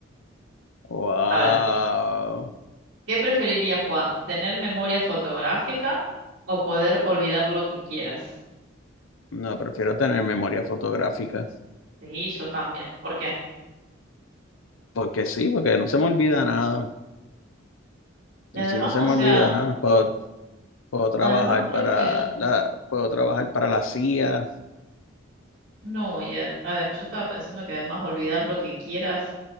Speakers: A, on the left; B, on the right.
A: Wow.
B: A ver, ¿qué preferiría Juan? ¿Tener memoria fotográfica o poder olvidar lo que quieras?
A: No, prefiero tener memoria fotográfica.
B: Sí, yo también. ¿Por qué?
A: Porque sí, porque no se me olvida nada.
B: Y además,
A: Así no se
B: o
A: me
B: sea,
A: olvida nada. Puedo, puedo trabajar
B: además creo
A: para
B: que
A: la, puedo trabajar para la CIA.
B: no, y a- ade- yo estaba pensando que además olvidar lo que quieras,